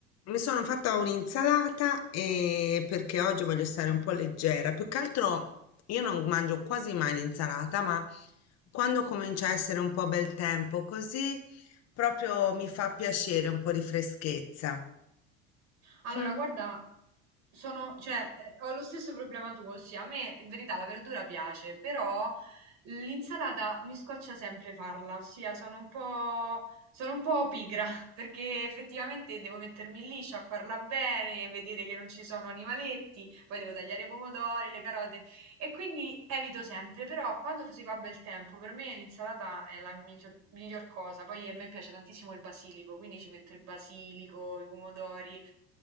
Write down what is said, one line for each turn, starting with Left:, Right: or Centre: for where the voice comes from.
Left: Mi sono fatta un'insalata e perché oggi voglio stare un po' leggera. Più che altro io non mangio quasi mai l'insalata, ma quando comincia a essere un po' bel tempo così, proprio mi fa piacere un po' di freschezza.
Right: Allora,
Left: Mm.
Right: guarda, sono, cioè, eh, ho lo stesso problema tuo, ossia, a me in verità la verdura piace, però l'insalata mi scoccia sempre farla, ossia sono un po', sono un po' pigra, <laughs> perché effettivamente devo mettermi lì, sciacquarla bene, vedere che non ci sono animaletti, poi devo tagliare i pomodori, le carote, e quindi evito sempre, però quando si fa bel tempo, per me l'insalata è la miglior, miglior cosa, poi a me piace tantissimo il basilico, quindi ci metto il basilico, i pomodori.